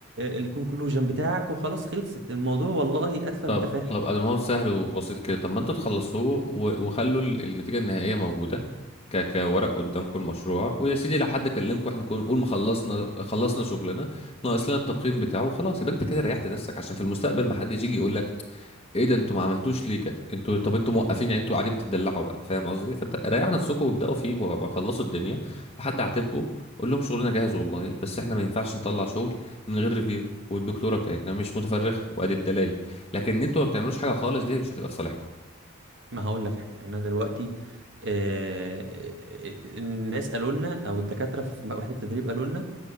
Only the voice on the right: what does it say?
الكونكلوجن بتاعك وخلاص خلصت الموضوع والله أتفه
من التفاهة
ما هقول لك حاجة أنا دلوقتي آه، آه، آه، الناس قالوا لنا أو الدكاترة في وحدة التدريب قالوا لنا